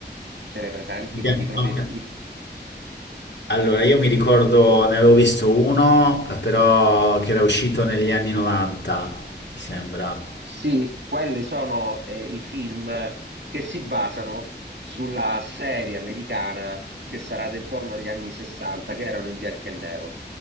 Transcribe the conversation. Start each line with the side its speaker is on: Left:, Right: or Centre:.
Right: Ce li hai presenti?
Left: Beh,
Right: Quelli proprio
Left: ok.
Right: i
Left: Allora, io mi ricordo, ne avevo visto uno, però che era uscito negli anni 90, mi sembra.
Right: Sì, quelli sono eh, i film che si basano sulla serie americana che sarà da intorno agli anni 60, che erano in bianco e nero.